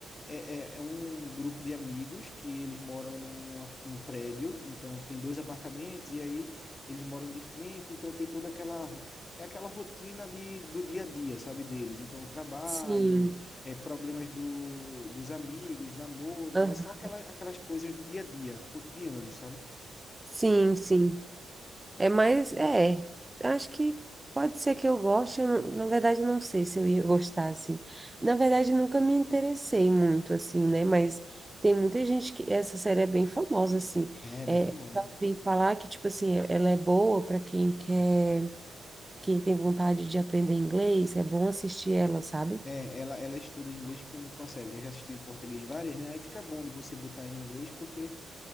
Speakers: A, on the left; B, on the right.
A: É, é, é um grupo de amigos que eles moram num, a- num prédio, então tem dois apartamentos, e aí eles moram de frente, então tem toda aquela, ro- é aquela rotina de, do dia a dia, sabe, deles. Então, trabalho,
B: Sim.
A: é, problemas do, dos amigos, namoro,
B: Aham.
A: e tal, é só aquela, aquelas coisas do dia a dia, cotidiano, sabe?
B: Sim, sim. É mais, é, acho que pode ser que eu goste, eu não- na verdade eu não sei se eu ia <laughs> gostar, assim. Na verdade nunca me interessei muito, assim, né, mas tem muita gente que, essa série é bem famosa, assim,
A: É,
B: é,
A: bem famosa.
B: já ouvi falar que, tipo assim, é, ela é boa para quem quer, quem tem vontade de aprender inglês, é bom assistir ela, sabe?
A: É, ela, ela estuda inglês com, com a série. Ela já assistiu em português várias, né? Aí fica bom de você botar em inglês, porque